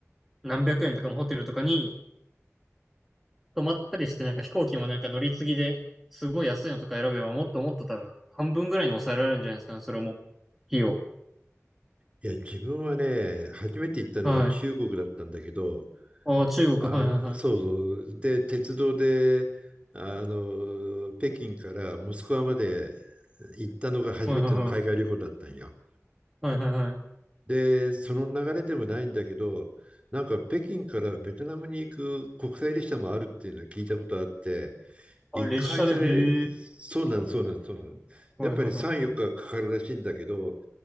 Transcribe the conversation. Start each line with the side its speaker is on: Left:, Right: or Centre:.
Centre: 何百円とかのホテルとかに泊まったりして、なんか飛行機もなんか乗り継ぎで、すごい安いのとか選べば、もっともっと多分、半分ぐらいに抑えられるんじゃないですかね、それも、費用。
Right: いや、自分はね、初めて行ったのが中国だったんだけど、
Centre: はい。ああ、中国、
Right: あの、
Centre: はいはいはい。
Right: そうそう。で、鉄道で、あの、北京からモスクワまで行ったのが初めての海外旅行だったんよ。
Centre: はいはいはい。はいはいはい。
Right: で、その流れでもないんだけど、なんか北京からベトナムに行く国際列車もあるっていうのを聞いたことあって、
Centre: あ、
Right: 一回それ、
Centre: 列車で、へえ。
Right: そうなん、そうなん、そうなん。
Centre: はいはいはい。
Right: やっぱり3、4日かかかるらしいんだけど、